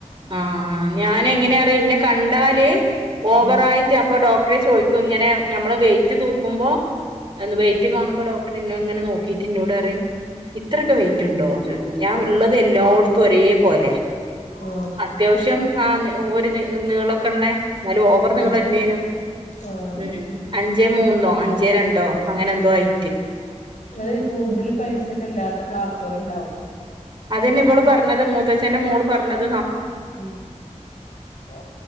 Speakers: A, on the right; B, on the left.
A: ആ ആ ഞാന് എങ്ങനെ അറിയോ ഇന്നെ കണ്ടാല് ഓവരായിട്ട്
B: ഉം
A: അപ്പൊ ഡോക്ടറ് ചോദി ക്കും ഇങ്ങനെ നമ്മള് വെയിറ്റ് തൂക്കുമ്പോ വെയിറ്റ് കാണുമ്പോ ഡോക്ടറ് ഇന്നെ ഇങ്ങനെ നോ ക്കീട്ട് ഇന്നോട്പറിം ഇത്രയൊക്കെ വെയിറ്റ്ണ്ടോ ചോയ് ക്കും ഞാൻള്ളത് എല്ലായിടത്തും ഒരേ പോലെ
B: ആഹ്
A: അത്യാവശ്യം ആ ഒരു മി നീളൊക്കെള്ളെ എന്നാലും ഓവർ നിങ്ങളല്ലേനും.
B: ആഹ് ആഹ്
A: ഉം അഞ്ചേമൂന്നോ അഞ്ചേരണ്ടോ അങ്ങനെ എന്തോ അയ്.
B: അത് ഈ കൂടുതൽ പൈസൊക്കെ ഇല്ലാത്ത ക്ലാസ്സുകള്ണ്ടാവും
A: അതന്നെ ഇവള് പർഞ്ഞത് മൂത്തച്ഛന്റെ മോള് പർഞ്ഞത്.
B: ഉം ആ